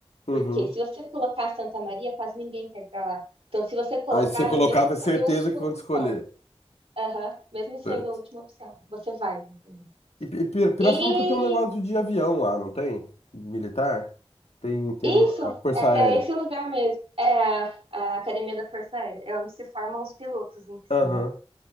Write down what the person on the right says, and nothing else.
Porque se você colocar Santa Maria, quase ninguém quer ir para lá. Então, se você colocar,
mesmo se
for a última
opção,
aham, mesmo sendo
a última opção, você vai. entendeu?
E
isso
é para
esse lugar mesmo. É a, a Academia da Força Aérea, é onde se formam os pilotos em si,
né?